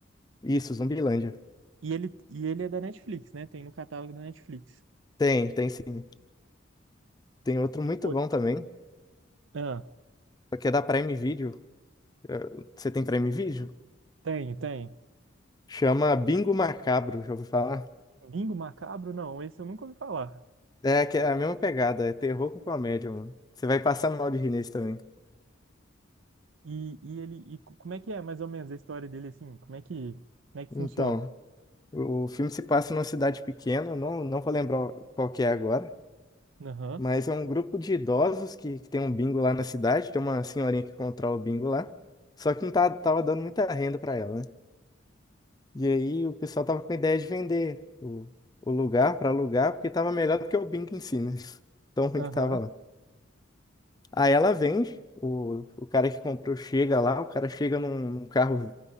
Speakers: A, on the left; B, on the right.
A: Isso, Zumbilândia.
B: E ele, e ele é da Netflix, né? Tem no catálogo da Netflix.
A: Tem, tem sim. Tem outro muito
B: Oi.
A: bom também,
B: Ah,
A: só que é da Prime Video. Eh, Você tem Prime Video?
B: tem, tem.
A: Chama Bingo Macabro, já ouviu falar?
B: Bingo Macabro? Não, esse eu nunca ouvi falar.
A: É, que é a mesma pegada, é terror com comédia, mano. Você vai passar mal de rir nesse também.
B: E, e ele, e co- como é que é mais ou menos a história dele assim? Como é que, como é que funciona?
A: Então, o filme se passa numa cidade pequena, eu não, não vou lembrar qual que é agora,
B: Aham,
A: mas é um grupo de idosos que, que tem um bingo lá na cidade, tem uma senhorinha que controla o bingo lá, só que não tá, tava dando muita renda pra ela, né? E aí o pessoal tava com a ideia de vender o, o lugar para alugar, porque tava melhor do que o Bing em si, né? <laughs> Tão ruim
B: aham,
A: que tava lá. Aí ela vende, o, o cara que comprou chega lá, o cara chega num, num carro